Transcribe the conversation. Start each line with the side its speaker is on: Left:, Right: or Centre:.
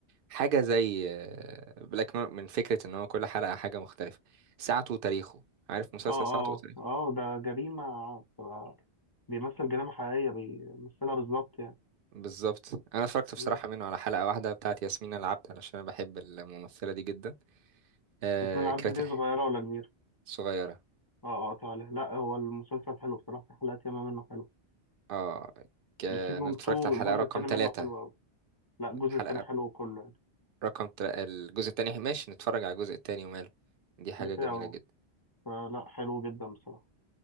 Right: حاجة زي بلاك من فكرة ان هو كل حلقة حاجة مختلفة ساعته وتاريخه عارف مسلسل
Left: اه
Right: ساعته
Left: اه
Right: وتاريخه
Left: اه ده جريمة بتبقى بيمثل جريمة حقيقية بيمثلها بالظبط
Right: بالظبط انا اتفرجت بصراحة
Left: يعني
Right: منه على حلقة واحدة بتاعت ياسمين العبد علشان انا بحب الممثلة دي جدا آه
Left: اسم العبد
Right: كانت
Left: دي
Right: الح-
Left: صغيرة ولا كبيرة؟
Right: صغيرة
Left: اه اه تعالى لا هو المسلسل حلو بصراحة في حلقات ياما منه حلو
Right: اه ك-
Left: السيزون
Right: انا اتفرجت
Left: 2
Right: على الحلقة
Left: الجزء
Right: رقم
Left: التاني منه
Right: ثلاثة
Left: حلو أوي لا الجزء
Right: الحلقة
Left: التاني حلو كله يعني
Right: رقم تل... الجزء التاني ماشي نتفرج على الجزء التاني وماله دي حاجة
Left: بتاعه
Right: جميلة
Left: يعني
Right: جدا
Left: فلا حلو جدا بصراحة